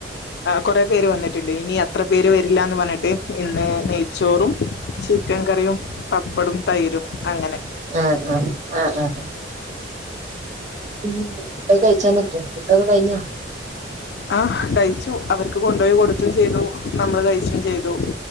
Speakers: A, on the left; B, on the right.
A: കുറെ പേര് വന്നിട്ട്ണ്ട് ഇനി അത്ര പേര് വരില്ലാന്ന് പറഞ്ഞിട്ട് ഇന്ന് നെയ്ച്ചോറും ചിക്കൻ കറിയും പപ്പടും തൈരും അങ്ങനെ
B: ആഹ് ആഹ് ആഹ് ആഹ് ഉം ഫുഡൊക്കെ കഴിച്ചോന്ന്ട്ട് ഫുഡൊക്കെ കഴിഞ്ഞോ
A: ആ കഴിച്ചു അവർക്ക് കൊണ്ടോയി കൊട്ത്തും ചെയ്തു നമ്മള് കഴിച്ചും ചെയ്തു